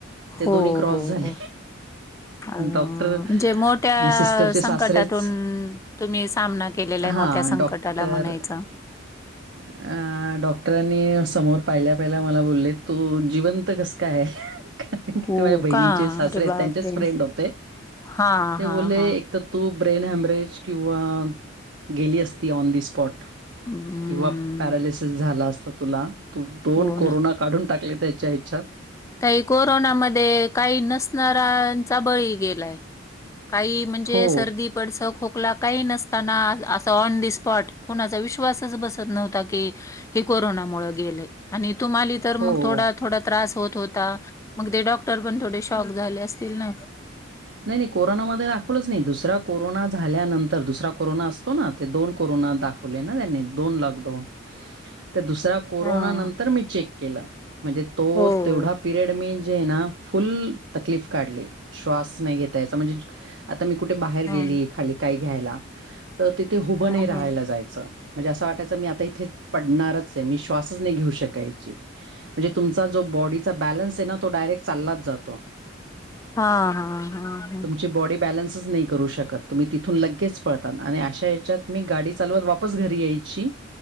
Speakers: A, on the left; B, on the right.
A: हो
B: ते दोन्ही क्रॉस
A: हो
B: झाले.
A: हो. अ
B: डॉक्टर
A: म्हणजे मोठ्या
B: आणि सिस्टरचे
A: संकटातून
B: सासरेच
A: तुम्ही सामना केलेला आहे
B: हां,
A: मोठ्या संकटाला
B: डॉक्टर
A: म्हणायचा.
B: अ डॉक्टरांनी समोर पाहिल्या पाहिल्या मला बोलले तू जिवंत कस काय? कारण की
A: हो
B: ते माझ्या बहिणीचे
A: का?
B: सासरे
A: अरे बापरे!
B: त्यांचेच फ्रेंड होते.
A: हां
B: ते
A: हां
B: बोलले,
A: हां.
B: तर तू ब्रेन हॅमरेज किंवा गेली असती ऑन द स्पॉट. किंवा
A: हम्म.
B: पॅरालीसीस झाला अस तुला. तू दोन
A: हो
B: कोरोना
A: ना.
B: काढून टाकले. च्याच्याात.
A: ताई कोरोनामध्ये काही नसणारा काहींचा बळी गेलाय. काही म्हणजे
B: हो,
A: सर्दी पडदा खोकला काही नसताना असं ऑन द स्पॉट. कोणाचा विश्वासच बसत नव्हता की हे कोरोनामुळे गेल. आणि तुमाले तर
B: हो.
A: मग थोडा थोडा त्रास होत होत ता मग ते डॉक्टर पण थोडे शॉक झाले असतील ना.
B: नाही नाही कोरोनामध्ये दाखवलंच नाही. दुसरा कोरोना झाल्यानंतर दुसरा कोरोना ते दोन कोरोना दाखव बोले ना त्यांनी लॉकडाउन. तर दुसरा कोरोना
A: हा.
B: नंतर मी चेक केलं. म्हणजे तो
A: हो.
B: तेवढा पिरियड मी जे ना फुल तकलीफ काढली. श्वास नाही घेता यायचा. म्हणजे आता मी कुठे बाहेर
A: हा.
B: गेली खाली काही घ्यायला तर तिथे हुबं
A: हा.
B: नाही राहायला
A: हा.
B: जायचं. म्हणजे असं वाटायचं मी आता इथे पडणारच आहे. मी श्वासच नाही घेऊ शकायची. म्हणजे तुमचा जो बॉडीचा बॅलन्स आहे ना तो डायरेक्ट चाललाच जातो.
A: हा हा हा.
B: तुमची बॉडी बॅलन्सच नाही करू शकत. तुम्ही तिथून लगेच पळतात आणि अशा म गाडी चालत वापस घरी यायची.